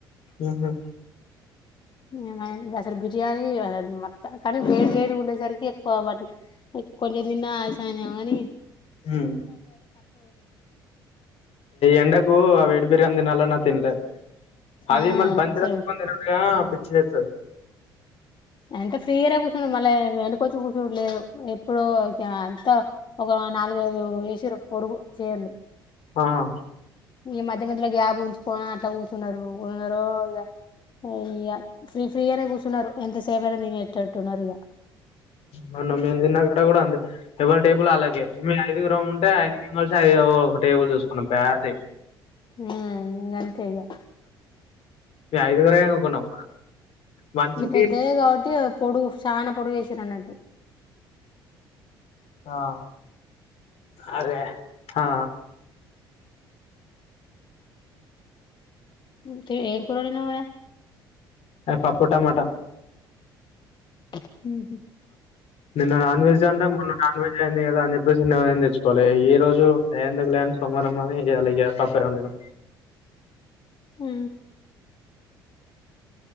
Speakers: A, on the left; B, on the left.
A: ఉహు
B: ఏమ అసలు బిర్యానీ అస మత్త కానీ వేడి వేడి ఉండేసరికి ఎక్కువ వాటి కొంచెం తిన్న ఆయాసమైందేమో అని
A: ఉమ్ ఎండకు అ వేడి బిర్యాని తినాలన్నా తినలేం అది
B: ఆ
A: మళ్ళీ బంతరాని
B: అసలు
A: <inaudible> తినాలుగా చ్చి లేత్తది
B: ఎంత ఫ్రీరా కూర్చుండు మళ్ళ వెనకొచ్చి కూర్చుడు లేదు ఎప్పుడు అంత ఒక నాలుగైదు వేసిరు పొడుగు చేలు
A: ఆా
B: ఈ మధ్య మద్యల గ్యాబ్ ఉంచుకోని అట్లా కూర్చున్నారు ఉన్నారో ఇగ ఇ ఫ్రీ ఫ్రీగానే కూర్చున్నారు ఎంత సేవ అయినా నేను ఎట్టట్టున్నారు ఇగ
A: మొన్న మీమ్ తిన్న కూడా ఉంది ఎవాళ టేబుల్ అళ్ళకే మీ ఐదుగు రమ్ ఉంటే ఐదుగురం కలిసి ఒక టేబుల్ చూసుకున్నాం పే తే
B: ఆ ఇం అంతే ఇగ
A: మేము ఐదుగురమే కొన్నాం మనిషికి
B: ఇంగా పెద్దదే కాబట్టి పొడుగు చాలా పొడుగు వేసి రన్నటు
A: ఆ అదే ఆా
B: తే ఏ ఏం కూర వండినవు మరే
A: ఏ పప్పు టమాట
B: హ
A: నిన్న నాన్ వెజ్గా అంటే మొన్న నాన్ వెజ్ అయింది కదా అని చెప్పేసి నిన్న ఏం తెచ్చుకోలే ఈ రోజు ఏ ఎందుకు లేని సోమవారం అని ఇయ్యాల ఇగా పప్పే వండినం
B: హు